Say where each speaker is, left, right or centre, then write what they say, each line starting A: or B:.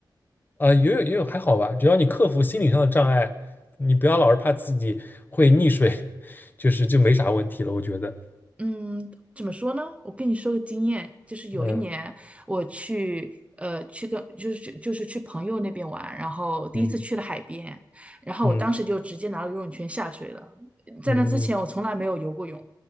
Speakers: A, on the left (about 25°); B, on the right (about 15°).
A: 呃，游泳游泳还好吧，只要你克服心理上的障碍，你不要老是怕自己会溺水，<laughs> 就是就没啥问题了，我觉得。
B: 嗯，怎么说呢？我跟你说个经验，就是有一年我去，
A: 嗯
B: 呃，去跟就是去就是去朋友那边玩，然后第一次去了海边，
A: 嗯
B: 然后我当时就直接拿了游泳圈下水了。
A: 嗯
B: 在那之前我从来没有游过泳，
A: 嗯